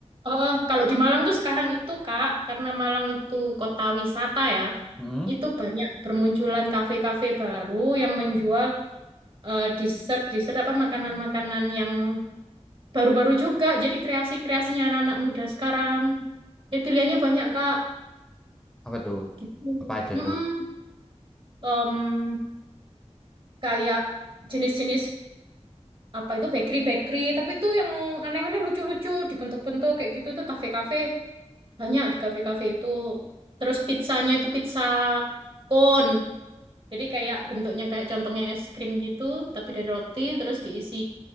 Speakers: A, on the right; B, in the centre.
A: Oh, kalau di Malang tuh sekarang itu Kak, karena Malang itu kota wisata ya,
B: Mm-mm.
A: itu banyak bermunculan kafe-kafe baru yang menjual eh, dessert, dessert apa makanan-makanan yang baru-baru juga. Jadi kreasi-kreasinya anak-anak muda sekarang. Jadi pilihannya banyak Kak,
B: Apa tuh?
A: gitu.
B: Apa aja
A: Mm-mm.
B: tuh?
A: Em, kayak jenis-jenis apa itu bakery-bakery, tapi itu yang aneh-aneh lucu-lucu dibentuk-bentuk kayak gitu tuh kafe-kafe banyak di kafe-kafe itu. Terus pizzanya itu pizza cone. Jadi kayak bentuknya kayak contohnya es krim gitu, tapi dari roti terus diisi